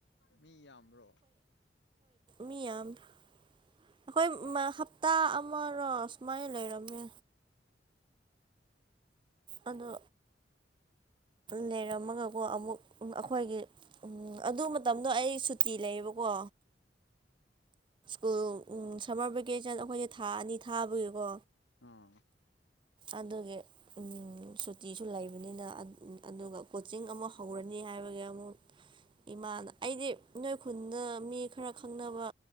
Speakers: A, on the left; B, on the right.
A: ꯃꯤ ꯌꯥꯝꯕ꯭ꯔꯣ
B: ꯃꯤꯌꯥꯥꯝꯃꯦ ꯑꯩꯈꯣꯏ ꯍꯞꯇꯥ ꯑꯃꯔꯣ ꯁꯨꯃꯥꯏꯅ ꯂꯩꯔꯝꯃꯦ ꯑꯗꯣ ꯂꯩꯔꯝꯃꯒꯀꯣ ꯑꯃꯨꯛ ꯑꯩꯈꯣꯏꯒꯤ
A: ꯑꯗꯣ
B: ꯑꯗꯨ
A: ꯍꯧꯖꯤꯛ
B: ꯃꯇꯝꯗꯣ ꯑꯩ
A: ꯍꯧꯖꯤꯛ
B: ꯁꯨꯇꯤ
A: ꯁꯦ
B: ꯂꯩꯌꯦꯕꯀꯣ ꯑꯣ ꯎꯝ ꯁꯝꯃꯔ ꯚꯦꯀꯦꯁꯟ ꯑꯩꯈꯣꯏꯁꯦ ꯊꯥ ꯑꯅꯤ ꯊꯥꯕꯒꯤꯀꯣ
A: ꯑꯥ
B: ꯑꯗꯨꯒꯤ ꯁꯨꯇꯤꯁꯨ ꯂꯩꯕꯅꯤꯅ ꯑꯗꯨꯒ ꯀꯣꯆꯤꯡ ꯑꯃ ꯍꯧꯔꯅꯤ ꯍꯥꯏꯕꯒꯤ ꯑꯃꯨꯛ ꯏꯃꯥꯗ ꯑꯩꯗꯤ ꯅꯣꯏ ꯈꯨꯟꯗ ꯃꯤ ꯈꯔ ꯈꯪꯅꯕ